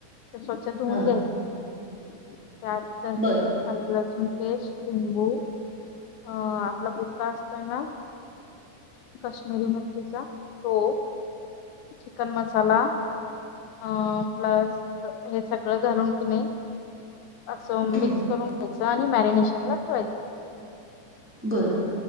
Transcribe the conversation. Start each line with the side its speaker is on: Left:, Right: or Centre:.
Left: तर स्वच्छ धुऊन
Centre: हा
Left: घ्यायचं त्यात दही
Centre: बर
Left: आल, लसुन पेस्ट, लिंबू अ आपला बुका असतोय ना काश्मीरी मिरचीचा तो चिकन मसाला आ प्लस हे सगळं घालून की नहीं असं
Centre: हम्म
Left: मिक्स करून घ्यायचं आणि मॅरिनेशन ला ठेवायचं
Centre: बरं